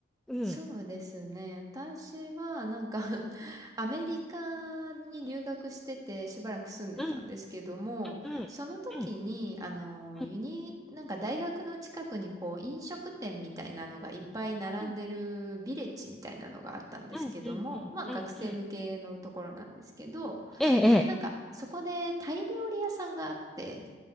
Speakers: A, in the centre; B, on the right.
A: うん、
B: そうですね。私はなんか <laughs> アメリカに留学しててしばらく住んでたんですけども、
A: うん、うん、うん、
B: その時に、
A: うん、
B: あの、
A: うん、
B: ユニ、なんか大学の近くにこう飲食店みたいなのがいっぱい並んでるビレッジみたいなのがあったんですけども、
A: うん、うん、うん、
B: まあ学生向けのところなんですけど、
A: うん、うん。ええ、
B: なんかそこでタイ料理屋さんがあって、